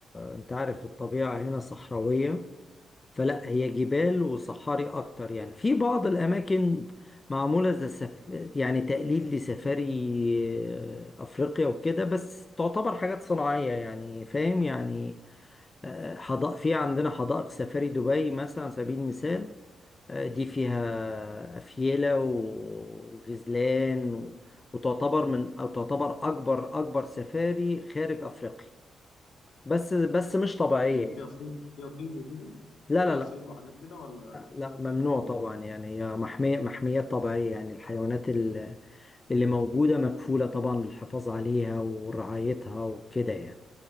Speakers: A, on the left; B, on the left.
A: انت عارف الطبيعه هنا صحراويه فلا هي جبال وصحاري اكتر يعني في بعض الاماكن معموله زي سف... يعني تقليد لسفاري آه، افريقيا وكده بس تعتبر حاجات صناعيه يعني فاهم يعني آه، حدائق في عندنا حدائق سفاري دبي مثلا على سبيل المثال دي فيها أفيلة و- وغزلان و- وتعتبر من أو تعتبر أكبر أكبر سفاري خارج أفريقيا بس بس مش طبيعية
B: يعني فيها صيد فيها صيد وكده
A: لا
B: فيها
A: لا لا
B: صيد وحاجات كده ولا
A: لا ممنوع
B: اه
A: طبعا يعني هي محمية محميات طبيعية يعني الحيوانات ال- اللي موجودة مكفولة طبعا للحفاظ عليها ورعايتها وكده يعني